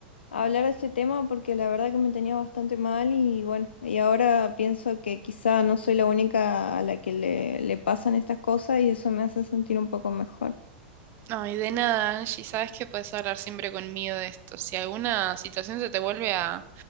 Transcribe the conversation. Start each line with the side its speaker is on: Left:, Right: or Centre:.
Left: hablar de este tema porque la verdad que me tenía bastante mal y bueno, y ahora pienso que quizá no soy la única a la que le, le pasan estas cosas y eso me hace sentir un poco mejor.
Right: Ay, de nada, Angie, sabes que puedes hablar siempre conmigo de esto. Si alguna situación se te vuelve a